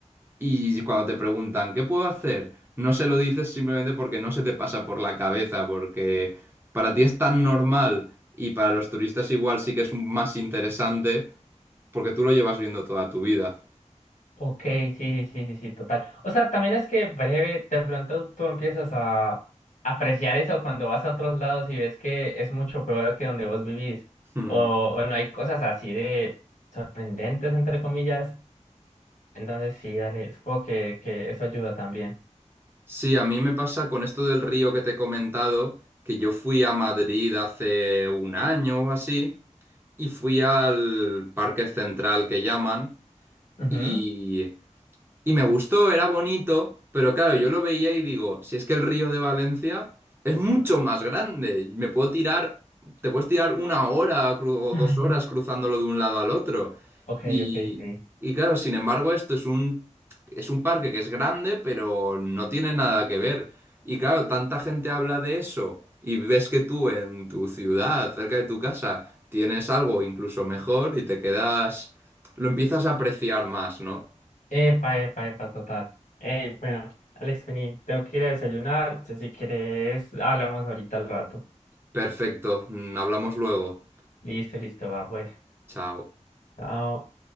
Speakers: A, on the right (about 20°); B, on the left (about 85°).
A: y cuando te preguntan, ¿qué puedo hacer? No se lo dices simplemente porque no se te pasa por la cabeza, porque para ti es tan normal y para los turistas igual sí que es un- más interesante porque tú lo llevas viendo toda tu vida.
B: ok, sí, sí, sí, sí, sí, total. O sea, también es que breve, de pronto tú empiezas a apreciar eso cuando vas a otros lados y ves que es mucho peor que donde vos vivís,
A: Hmm.
B: o, o no hay cosas así de sorprendentes, entre comillas Entonces sí, dale, supongo que, que eso ayuda también.
A: Sí, a mí me pasa con esto del río que te he comentado, que yo fui a Madrid hace un año o así y fui al Parque Central que llaman
B: Ujú.
A: Y y me gustó, era bonito, pero claro, yo lo veía y digo, si es que el río de Valencia es mucho más grande, me puedo tirar, te puedes tirar una hora cru- o
B: <laughs>
A: dos horas cruzándolo de un lado al otro.
B: Ok,
A: Y,
B: ok, sí.
A: y claro, sin embargo, esto es un, es un parque que es grande, pero no tiene nada que ver. Y claro, tanta gente habla de eso y ves que tú en tu ciudad, cerca de tu casa, tienes algo incluso mejor y te quedas, lo empiezas a apreciar más, ¿no?
B: Epa, epa, epa, total. Ey, bueno, Alex, vení, tengo que ir a desayunar. Entonces, si quieres, hablamos ahorita al rato.
A: Perfecto, mm, hablamos luego.
B: Listo, listo, va, pues.
A: Chao.
B: Chao.